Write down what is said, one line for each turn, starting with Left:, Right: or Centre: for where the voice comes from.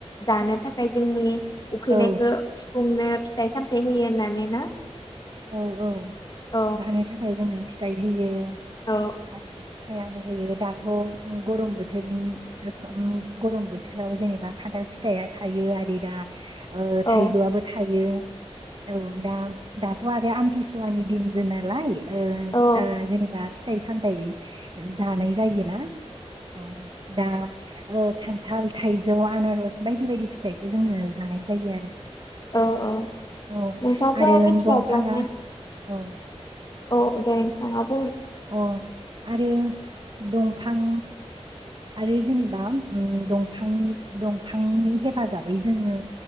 Left: जानो थाखाय जोंनि उखैनायखौ
Right: औ
Left: सुफुंनो फिथाइ सामथाइ होयो होननानै ना।
Right: औ औ
Left: औ
Right: जानो थाखाय जोंनो फिथाइ होयो।
Left: औ
Right: आरो सायाबो होयो दाथ' गरम बोथोरनि सम गरम बोथोराव जेनेबा खान्थाल फिथाइया थाइयो आरो दा ओ
Left: औ
Right: थाइजौआबो थायो औ दा दा थ आरो आमथिसुवानि दिनबो नालाय ओ
Left: औ
Right: ओ जेनेबा फिथाइ सामथाइ जानाय जायोना औ दा ओ खान्थाल थाइजौ आनारस बायदि बायदि फिथाइखौ जोङो जानाय जायो आरो।
Left: औ औ
Right: औ
Left: नोंथाङाथ'
Right: आरो दं।
Left: <unintelligible>
Right: औ
Left: औ दे नोंथां औ।
Right: अ आरो दंफां आरो जेनेबा उम दंफांनि दं फांनि हेफाजाबै जोङो